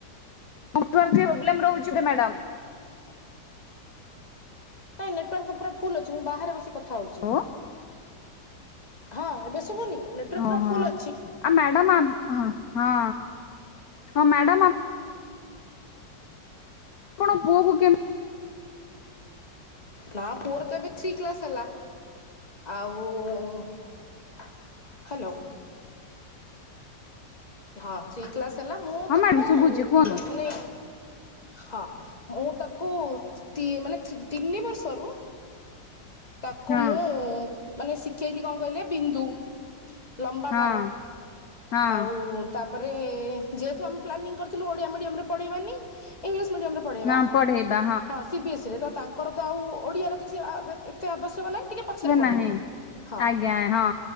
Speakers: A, on the left (about 60°); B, on the left (about 20°).
A: <unintelligible> ଓବଲେମ୍ ରହୁଚି ତ ମାଡ଼ାମ୍।
B: ନାଇଁ ନେଟୱାର୍କ ତ ପୁରା ଫୁଲ୍ ଅଛି ମୁଁ ବାହାରେ ବସି କଥା ହୋଉଚି।
A: ଓ
B: ହଁ ଏବେ ଶୁଭୁନି? ନେଟୱାର୍କ ପୁରା
A: ଓହୋ
B: ଫୁଲ
A: ଆ
B: ଅଛି
A: ମ୍ୟାଡ଼ାମ ଆ ହଁ। ହଁ ହଁ ମ୍ୟାଡମ ଆ କଣ ପୁଅକୁୁ କିଏ?
B: ନାଁ ପୁଅର ତ ଏବେ ଥ୍ରୀ କ୍ଲାସ୍ ହେଲା ଆଉ ହାଲୋ ହଁ ଥ୍ରୀ କ୍ଲାସ୍ ହେଲା ମୁଁ
A: ହଁ
B: ତାକୁ
A: ମ୍ୟାଡାମ ଶୁଭୁଛି କୁହନ୍ତୁ
B: ମାନେ ହଁ ମୁଁ ତାକୁ ତି ମାନେ ଥ ତିନି ବର୍ଷରୁ ତାକୁ
A: ହଁ
B: ମୁଁ ମାନେ ଶି କେଇଲି କଁ କହିଲେ ବିନ୍ଦୁ ଲମ୍ବା
A: ହଁ
B: ଗାର
A: ହଁ
B: ଆଉ ତ ତାପରେ ଯେହେତୁ ଆମେ ପ୍ଲାନିଂ କରିଥିଲୁ ଓଡ଼ିଆ ମିଡିୟମରେ ପଢେଇବାନି ଇଂଲିଶ୍ ମିଡ଼ିଅମରେ ପଢ଼େଇବା
A: ନା ପଢେଇବା
B: ହଁ ସି ବି ଏସ୍ ଇ ରେ ତା କର ତ ଆଉ ଓଡ଼ିଆର କିଛି ଆ ବେ ଏତେ ଆବଶ୍ୟକ ନାଇଁ। ଟିକେ ପଛରେ
A: ହୁଁ
B: ପଢେଇବେ
A: ନାହିଁ
B: ହଁ
A: ଆଜ୍ଞା ହଁ